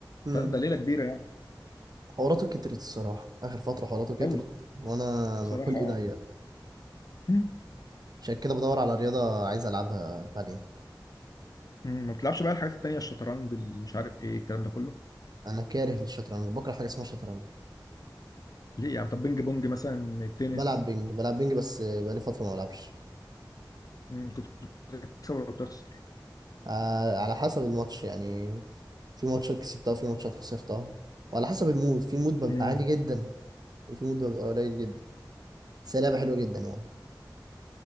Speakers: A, on the right; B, on the left.
A: امم
B: فده ليله كبيره يعني
A: حواراته كترت الصراحة آخر فترة حواراته كترت
B: قوي
A: وأنا
B: بصراحه
A: خلقي
B: اه
A: ضيق
B: مم.
A: عشان كده بدور على رياضة عايز ألعبها تانية
B: مم. ما بتلعبش بقى الحاجات التانيه الشطرنج اللي مش عارف ايه الكلام ده كله
A: أنا كاره للشطرنج بكره حاجة اسمها شطرنج
B: ليه يعني طب بينج بونج مثلا التنس
A: بلعب بينج بلعب بينج بس بقالي فترة ما بلعبش
B: مم. كنت بتكسب ولا بتخسر
A: آه على حسب الماتش يعني في ماتشات كسبتها وفي ماتشات خسرتها وعلى حسب المود في مود ببقى
B: امم
A: عالي جدا وفي مود ببقى قليل جدا بس هي لعبة حلوة جدا يعني